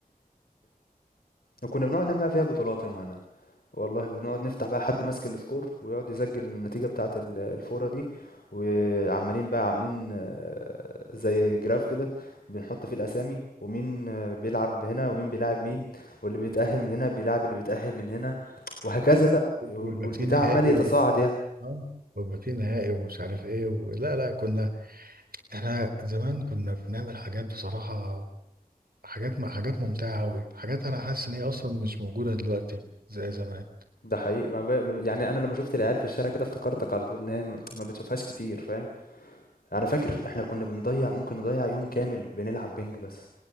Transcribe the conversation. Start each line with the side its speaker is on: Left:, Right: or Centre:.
Left: وكنا بنقعد نعمل فيها بطولات يا مهند والله ونقعد نفتح بقى حد ماسك السكور ويقعد يسجل النتيجة بتاعة ال- الفورة دي وعمالين بقى عاملين آه، زي جراف كده بنحط فيه الأسامي ومين آه، بيلعب هنا ومين بيلعب مين واللي بيتأهل من هنا بيلعب اللي بيتأهل من هنا وهكذا بقى وال-
Right: ويبقى
Left: والبتاع
Right: في نهائي
Left: عمال يتصاعد
Right: و...
Left: يعني
Right: آه، ويبقى في نهائي ومش عارف ايه و... لا لا كنا احنا زمان كنا بنعمل حاجات بصراحة حاجات م- حاجات ممتعة أوي حاجات أنا حاسس إن هي أصلا مش موجودة دلوقتي زي زمان
Left: ده حقيقي ما ب- يعني انا لما شفت العيال في الشارع كده افتكرتك على طول ان هي ما ما بتشوفهاش كتير فاهم انا فاكر احنا كنا بنضيع ممكن نضيع يوم كامل بنلعب بينج بس